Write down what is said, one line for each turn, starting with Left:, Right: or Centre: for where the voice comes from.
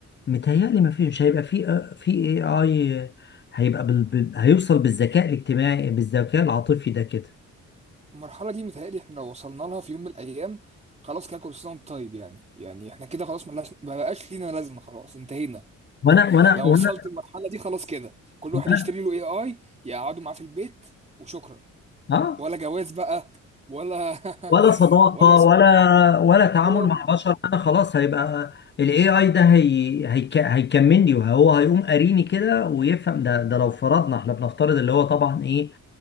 Left: متهيألي ما فيش هيبقى في آه، في اي اي هيبقى بال... بال- هيوصل بالذكاء الاجتماعي بالذكاء العاطفي ده كده
Right: المرحلة دي متهيألي احنا لو وصلنا لها في يوم من الأيام خلاص كده كل سنة وانت طيب يعني يعني احنا كده خلاص ملهاش ما بقاش لينا لازمة خلاص انتهينا
Left: وانا وانا
Right: لو
Left: وانا,
Right: وصلت المرحلة دي خلاص كده كل واحد
Left: وأنا...
Right: يشتري له اي اي يقعدوا معاه في البيت وشكرا
Left: اه
Right: ولا جواز بقى ولا
Left: ولا
Right: <laughs>
Left: صداقة
Right: ولا صحاب
Left: ولا ولا
Right: ولا
Left: تعامل
Right: شغل
Left: مع بشر انا خلاص هيبقى الاي اي ده هي هيك هيكملني وهو هيقوم قاريني كده ويفهم ده ده لو فرضنا احنا بنفترض اللي هو طبعا ايه